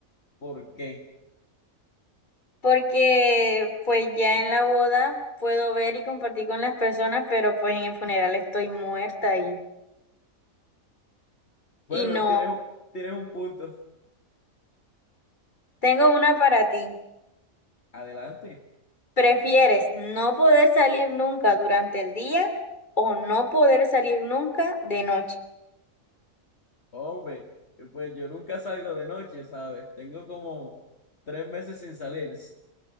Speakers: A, on the left; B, on the left.
A: ¿Por qué?
B: porque pues ya en la boda puedo ver y compartir con las personas, pero pues en el funeral estoy muerta y, y
A: Bueno,
B: no.
A: tienes, un- tienes un punto.
B: Tengo una para ti.
A: Adelante.
B: ¿Prefieres no poder salir nunca durante el día o no poder salir nunca de noche?
A: Hombre, pues yo nunca salgo de noche, ¿sabes? Tengo como tres meses sin salir, s-